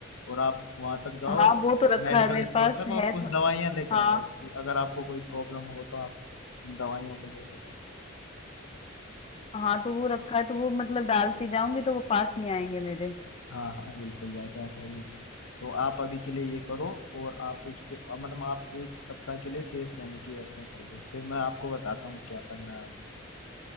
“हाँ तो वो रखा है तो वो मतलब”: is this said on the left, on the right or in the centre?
Left